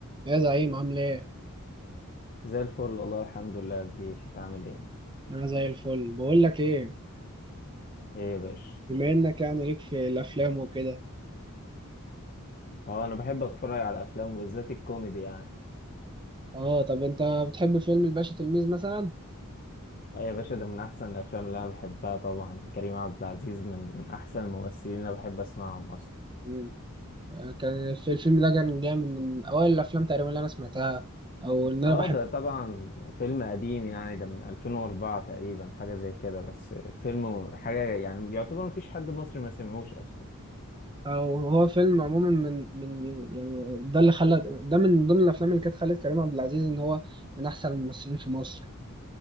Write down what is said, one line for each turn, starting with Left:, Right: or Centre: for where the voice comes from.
Right: يا زعيم عامل ايه؟
Left: زي الفل والله الحمد لله يا كبير انت عامل ايه
Right: انا زي الفل بقول لك ايه
Left: ايه يا باشا
Right: بما انك يعني ليك في الافلام وكده
Left: اه انا بحب اتفرج على الافلام وبالذات الكوميدي يعني
Right: اه طب انت بتحب فيلم الباشا تلميذ مثلا؟
Left: اه يا باشا ده من احسن الافلام اللي انا بحبها طبعا كريم عبد العزيز من احسن الممثلين اللي انا بحب اسمعهم اصلا
Right: مم. آه، كان في الفيلم ده كان جامد من اوائل الافلام تقريبا اللي انا سمعتها او ان انا
Left: اه
Right: بحب
Left: ده طبعا فيلم قديم يعني ده من 2004 تقريبا حاجه زي كده بس فيلم حاجه يعني يعتبر مفيش حد مصري ما سمعوش اصلا
Right: او هو فيلم عموما من من يعني ده اللي خلى ده من ضمن الافلام اللي كانت خلت كريم عبد العزيز ان هو من احسن الممثلين في مصر